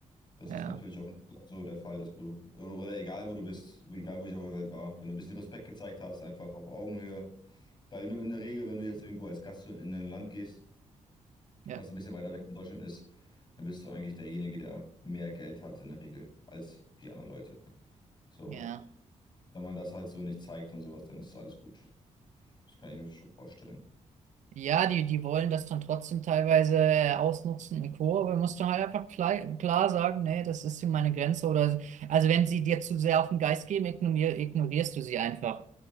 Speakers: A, on the left (about 40°); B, on the right (about 75°).
A: Das
B: ja,
A: ist natürlich auch in Deutschland so der Fall, dass du, oder, oder egal wo du bist, wo- egal wo ich auf der Welt war, wenn du ein bisschen Respekt gezeigt hast, einfach auf Augenhöhe, weil nur in der Regel, wenn du jetzt irgendwo als Gast in ein Land gehst,
B: ja,
A: was ein bisschen weiter weg von Deutschland ist, dann bist du eigentlich derjenige, der mehr Geld hat in der Regel als die anderen Leute. So, und
B: ja.
A: wenn man das halt so nicht zeigt und sowas, dann ist alles gut. Das kann ich mir schon vorstellen.
B: Ja, die, die wollen das dann trotzdem teilweise äh, ausnutzen und Co., aber musst du halt einfach klar, klar sagen, nee, das ist hier meine Grenze oder so. Also wenn sie dir zu sehr auf den Geist gehen, ignorier, ignorierst du sie einfach.